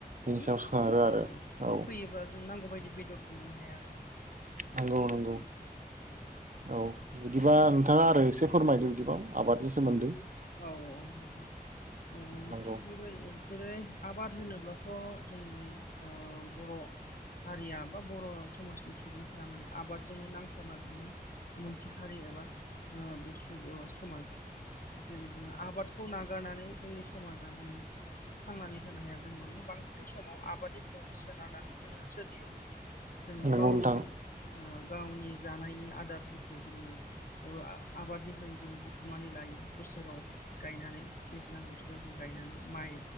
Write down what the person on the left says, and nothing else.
माने
औ
फैयोब्ला जों नांगौ बायदि बेदरफोर मोननो हाया आरो औ
औ औ नोंथां
थिग बेबाय जेरै आबाद होनोब्लाथ' जोंनि ओ बर' हारिया बा बर' समाजनि सुबुंफोरा माने आबादजोंनो नांथाबना थानाय मोनसे हारि एबा सुब समाज जेरै जोङो आबादखौ नागारनानै जोंनि समाजा माने थांनानै थानो हाया जों माने बांसिन समाव आबादनि सायावनो सोनारनानै जोङो सोलियो जोङो
गावनि
गावनि जानायनि आदारफोरखौ जोङो आबादनिफ्राय जोङो बुथुमनानै लायो बोसोराव गायनानै दैज्लां बोथोराव जों गायनानै माइ